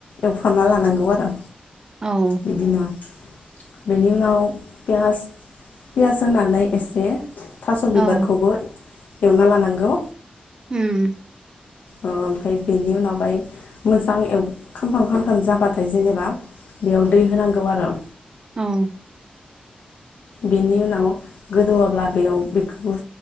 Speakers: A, on the left (about 80°); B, on the right (about 25°).
A: एवफ्रामना लानांगौ आरो
B: औ
A: बिदिनो बेनि उनाव पियास पियास होनानै एसे थास' बिबारखौबो
B: औ
A: एवना लानांगौ
B: उम
A: ओमफ्राय बेनि उनावहाय मोजां एव खामफ्राम खामथाम जाबाथाय जेनेबा बेयाव दै होनांगौ आरो
B: औ
A: बेनि उनाव गोदौवाब्ला बेयाव बेखौ